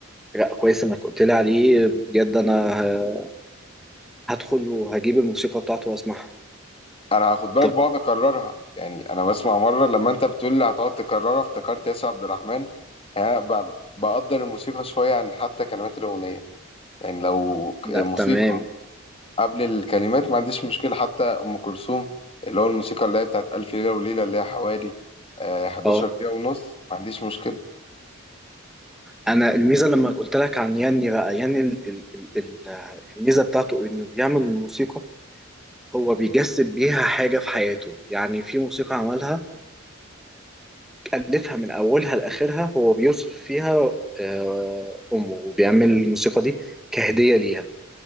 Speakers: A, in the centre; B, on the left (about 25°).
A: لا كويس انك قلت لي عليه بجد انا ه- هدخل وهجيب الموسيقى بتاعته واسمعها
B: انا خد بالك
A: طب
B: بقعد اكررها يعني انا بسمع مره لما انت بتقول لي هتقعد تكررها افتكرت ياسر عبد الرحمن ها، ب- بقدر الموسيقى شويه عن حتى كلمات الاغنيه يعني لو ك-
A: لا
B: موسيقى
A: تمام
B: قبل الكلمات ما عنديش مشكله حتى ام كلثوم اللي هو الموسيقى اللي هي بتاعت الف ليله وليله اللي هي حوالي آه، 11
A: اه
B: دقيقه ونص ما عنديش مشكله
A: انا الميزه لما قلت لك عن ياني بقى ياني ال ال ال ال الميزه بتاعته انه بيعمل الموسيقى هو بيجسد بيها حاجه في حياته يعني في موسيقى عملها ألفها من أولها لآخرها هو بيوصف فيها آه، أمه وبيعمل الموسيقى دي كهدية ليها